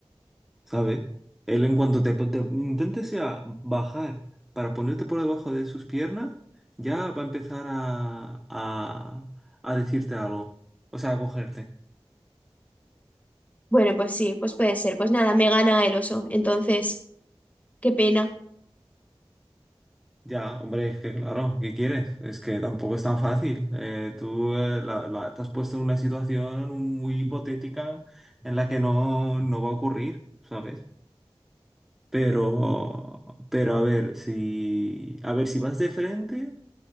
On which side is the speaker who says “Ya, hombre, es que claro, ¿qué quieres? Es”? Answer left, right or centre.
Centre